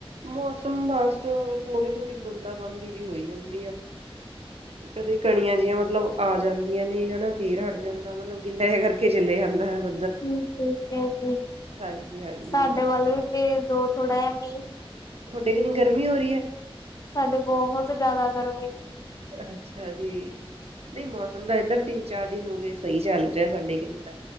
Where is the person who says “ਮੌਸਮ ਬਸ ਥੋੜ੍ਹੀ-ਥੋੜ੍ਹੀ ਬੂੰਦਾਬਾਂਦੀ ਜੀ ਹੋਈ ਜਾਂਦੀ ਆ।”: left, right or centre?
Right